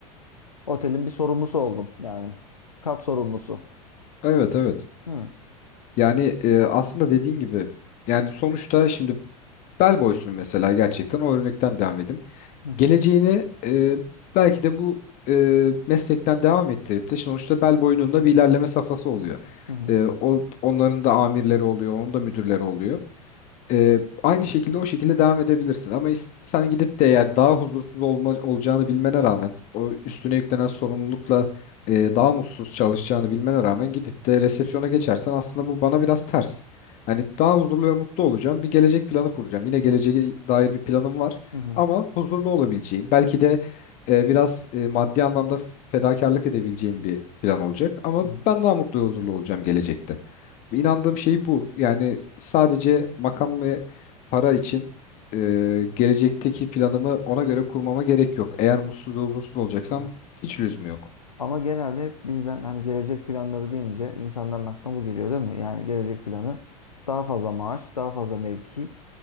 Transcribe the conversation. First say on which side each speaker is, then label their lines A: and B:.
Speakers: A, on the left; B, on the left.
A: Otelin bir sorumlusu oldum yani. Kat sorumlusu.
B: Evet evet.
A: Hı
B: Yani e, aslında dediğin gibi yani sonuçta şimdi bel boysun mesela gerçekten o örnekten devam edeyim.
A: hı hı
B: Geleceğini e, belki de bu e, meslekten devam ettirip de sonuçta bel boyunun da bir ilerleme safhası oluyor.
A: hı hı
B: E, o, onların da amirleri oluyor, onun da müdürleri oluyor. Ee, aynı şekilde o şekilde devam edebilirsin. Ama is- sen gidip de eğer daha huzursuz olma, olacağını bilmene rağmen o üstüne yüklenen sorumlulukla e, daha mutsuz çalışacağını bilmene rağmen gidip de resepsiyona geçersen aslında bu bana biraz ters. Hani daha huzurlu ve mutlu olacağım. Bir gelecek planı kuracağım. Yine geleceğe dair bir planım var
A: hı hı.
B: ama huzurlu olabileceğim. Belki de e, biraz e, maddi anlamda fedakarlık edebileceğim bir plan olacak ama
A: hı,
B: ben daha mutlu ve huzurlu olacağım gelecekte. İnandığım şey bu. Yani sadece makam ve para için e, gelecekteki planımı ona göre kurmama gerek yok. Eğer mutsuz ve huzursuz olacaksam
A: evet.
B: hiç lüzumu yok.
A: Ama genelde hep bizden hani gelecek planları deyince insanların aklına bu geliyor değil mi? Yani gelecek planı daha fazla maaş, daha fazla mevki,